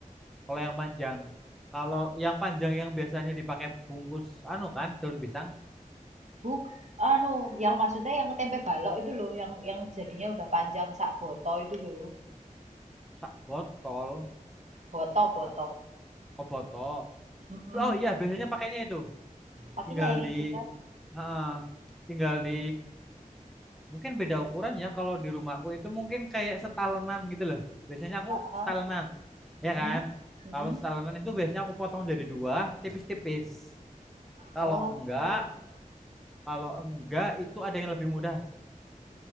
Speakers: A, in the centre; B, on the right.
A: kalau yang panjang. Kalau yang panjang yang biasanya dipakai bungkus anu kan, daun pisang,
B: Buk, anu, yang maksudnya yang tempe balok itu loh, yang yang jadinya udah panjang sak boto itu loh.
A: sak botol,
B: Boto, boto.
A: sak oh botol.
B: Mhm.
A: Oh iya, biasanya pakainya itu.
B: Pakainya
A: Tinggal
B: yang
A: di
B: itu kan?
A: Heeh. tinggal di mungkin beda ukuran ya kalau di rumahku itu mungkin kayak setalenan gitu loh. Biasanya aku
B: Heeh.
A: setalenan,
B: Mhm.
A: ya kan?
B: Mhm.
A: Kalau setalenan itu biasanya aku potong jadi dua, tipis-tipis. Kalau
B: Oh.
A: enggak, kalau enggak itu ada yang lebih mudah